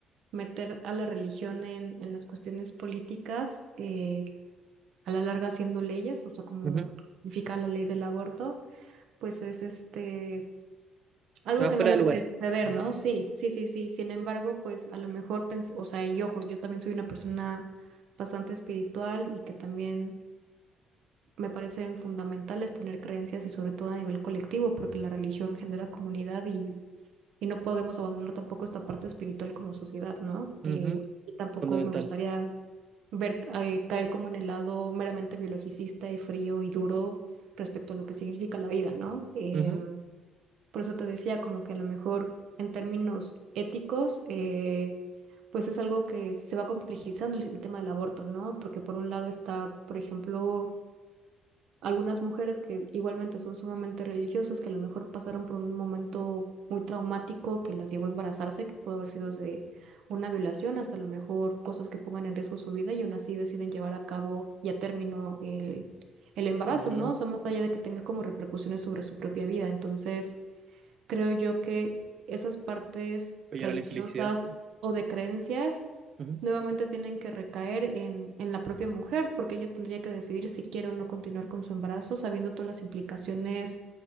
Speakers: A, on the right; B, on the right.
A: meter a la religión en, en las cuestiones políticas, eh, a la larga haciendo leyes, o sea,
B: <laughs>
A: como
B: Ujú.
A: significa la ley del aborto, pues es este algo
B: Te
A: que
B: fuera
A: no debería
B: de lugar.
A: suceder, ¿no? Sí, sí, sí, sí. Sin embargo, pues a lo mejor pensé, o sea, y ojo, yo también soy una persona bastante espiritual y que también me parecen fundamentales tener creencias y sobre todo a nivel colectivo, porque la religión genera comunidad y, y no podemos abandonar tampoco esta parte espiritual como sociedad, ¿no?
B: Ujú.
A: Eh, y tampoco
B: Fundamental.
A: me gustaría ver eh, caer como en el lado meramente biologicista y frío y duro respecto a lo que significa la vida, ¿no? Em,
B: Ujú.
A: por eso te decía, como que a lo mejor en términos éticos, eh, pues es algo que se va complejizando el, el tema del aborto, ¿no? Porque por un lado está, por ejemplo, algunas mujeres que igualmente son sumamente religiosas, que a lo mejor pasaron por un momento muy traumático que las llevó a embarazarse, que pudo haber sido desde una violación hasta a lo mejor cosas que pongan en riesgo su vida y aún así deciden llevar a cabo y a término el, el embarazo,
B: Ujú.
A: ¿no? O sea, más allá de que tenga como repercusiones sobre su propia vida. Entonces creo yo que esas partes
B: Apoyar
A: religiosas
B: a la infelicidad.
A: o de creencias
B: Ujú.
A: nuevamente tienen que recaer en, en la propia mujer, porque ella tendría que decidir si quiere o no continuar con su embarazo, sabiendo todas las implicaciones